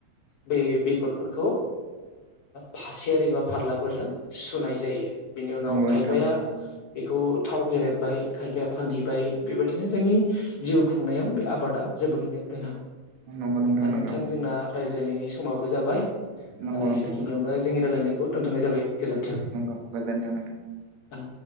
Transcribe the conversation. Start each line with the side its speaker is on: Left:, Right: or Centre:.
Left: बे बेगरफोरखौ फासेारि एबा फारलाफोरजों सुनाय जायो, बिनि उनाव
Right: नंगौ
Left: खायफाया
Right: नोंथां नंगौ
Left: बेखौ थाव फेरेबबाय खायफाया फानहैबाय बेबायदिनो जोंनि जिउ खुंनायाव बे आबादा जोबोरैनो गोनां
Right: नंगौ
Left: दा
Right: नंगौ
Left: नोंथां जोंना रायज्लायनायनि समाबो जाबाय।
Right: नंगौ
Left: दा एसेखिनियावनो
Right: नोंथां
Left: जोंनि रायलायनायखौ दोनथ'नाय जाबाय गोजोन्थों।
Right: नंगौ गोजोनथों नोंथां
Left: औ